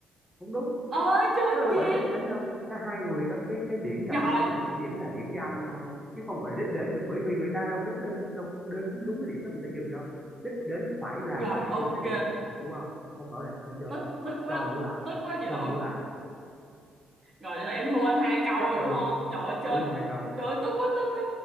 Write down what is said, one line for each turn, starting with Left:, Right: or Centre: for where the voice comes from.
Centre: không đúng
Right: ơi chơi
Centre: nó đâu
Right: gì
Centre: gọi là đích đến đâu cả hai người đó cái cái điểm gặp
Right: rồi
Centre: nhau đó là chỉ điểm là điểm giao nhau thôi chứ không gọi là đích đến được bởi vì người ta đâu có đến, đâu có đến đúng cái điểm đó người ta dừng đâu đích đến phải là
Right: rồi
Centre: một điểm
Right: ok
Centre: được xác định đúng không không rõ ràng không chơi
Right: tức tức quá
Centre: cho em đổ lại
Right: tức quá vậy
Centre: cho
Right: là
Centre: em
Right: ok.
Centre: đổ lại
Right: rồi vậy là em thua anh hai câu
Centre: chấp
Right: rồi
Centre: em
Right: đúng
Centre: luôn
Right: không trời ơi chơi
Centre: đúng rồi hai câu
Right: trời ơi tức quá tức quá